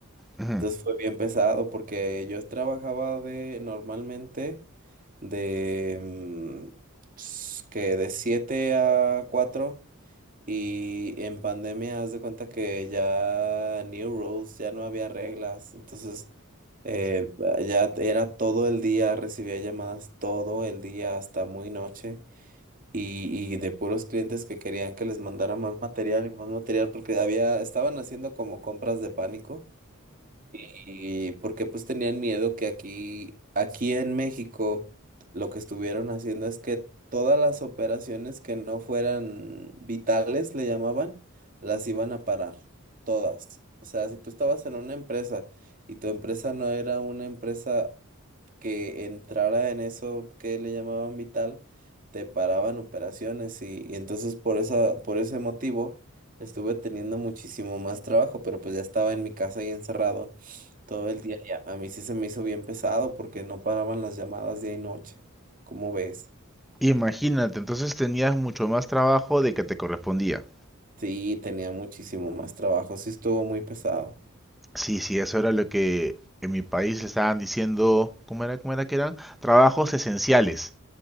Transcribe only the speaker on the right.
Entonces fue bien pesado porque yo trabajaba de normalmente de mm, s- que de siete a cuatro y en pandemia haz de cuenta que ya new rules, ya no había reglas, entonces eh, ba- ya t- era todo el día, recibía llamadas todo el día hasta muy noche y, y de puros clientes que querían que les mandara más material y más material porque había estaban haciendo como compras de pánico. Y porque pues tenían miedo que aquí, aquí en México, lo que estuvieron haciendo es que todas las operaciones que no fueran vitales, le llamaban, las iban a parar, todas. O sea, si tú estabas en una empresa y tu empresa no era una empresa que entrara en eso que le llamaban vital, te paraban operaciones y, y entonces por esa, por ese motivo estuve teniendo muchísimo más trabajo, pero pues ya estaba en mi casa y encerrado. Todo el día ya. A mí sí se me hizo bien pesado porque no paraban las llamadas día y noche. ¿Cómo ves?
Sí, tenía muchísimo más trabajo. Sí, estuvo muy pesado.